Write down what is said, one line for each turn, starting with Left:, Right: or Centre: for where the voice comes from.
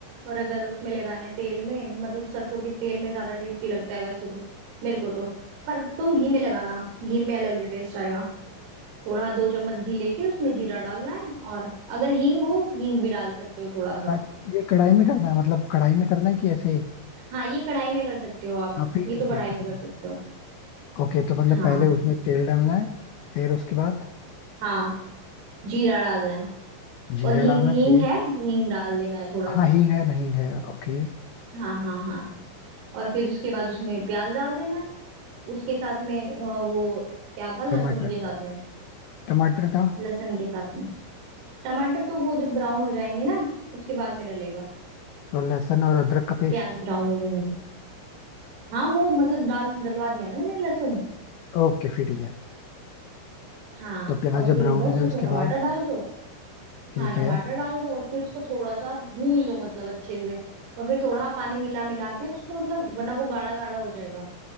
Right: और अगर उसमें लगाना है तेल में मतलब सरसों के तेल में ज्यादा टेस्टी लगता है वैसे तो मेरे को तो पर तुम घी में लगाना घी में अलग ही टेस्ट आएगा थोड़ा दो चम्मच घी लेके उसमें जीरा डालना है और अगर हींग हो हींग भी डाल सकते हो थोड़ा सा
Left: ता- ये कढ़ाई में करना है मतलब कढ़ाई में करना है कि ऐसे
Right: हाँ ये कढ़ाई में कर सकते हो आप
Left: हाँ फिर
Right: ये
Left: ठीक
Right: तो कढ़ाई
Left: है फिर
Right: में
Left: ठीक
Right: कर
Left: है
Right: सकते हो
Left: ओके तो मतलब
Right: हाँ
Left: पहले उसमें तेल डालना है फिर उसके बाद
Right: हाँ जीरा डालना है
Left: जीरा
Right: और हींग
Left: डालना
Right: हींग
Left: है फिर
Right: है हींग डाल लेना है थोड़ा
Left: हाँ
Right: सा
Left: हींग है नहीं है ओके
Right: हाँ हाँ हाँ और फिर उसके बाद उसमें प्याज डाल देना है उसके साथ में अ, वो क्या था लहसुन
Left: टमाटर
Right: के साथ में
Left: टमाटर था
Right: लहसुन के साथ में टमाटर तो वो जब ब्राउन हो जाएंगे ना उसके बाद में डलेगा
Left: तो लहसुन और अदरक का पेस्ट
Right: प्याज ब्राउन हो जाएंगे हाँ वो मतलब डाल डलवा दिया ना मैंने लहसुन
Left: ओके फिर ठीक है
Right: हाँ
Left: तो प्याज
Right: और
Left: जब
Right: फिर
Left: ब्राउन
Right: बस
Left: हो जाए
Right: उसमें
Left: उसके
Right: टमाटर
Left: बाद
Right: डाल दो
Left: ठीक
Right: हाँ टमाटर
Left: है
Right: डाल दो और फिर उसको थोड़ा सा भून लो मतलब अच्छे से और फिर थोड़ा पानी मिला मिला के उसको मतलब वरना वो गाढ़ा गाढ़ा हो जाएगा